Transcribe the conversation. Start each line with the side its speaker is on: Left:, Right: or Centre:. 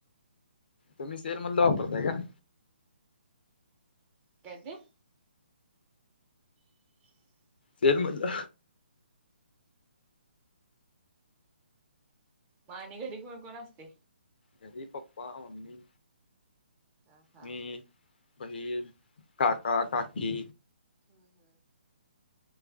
Left: तुम्ही सेल मधला वापरताय का?
Right: काय ते. <inaudible>
Left: सेल मधलं.
Right: मग आणि घरी कोण-कोण असते.
Left: घरी पाप्पा, ममी.
Right: हा हा
Left: मी, बहीण, काका, काकी.
Right: हम्म-हम्म.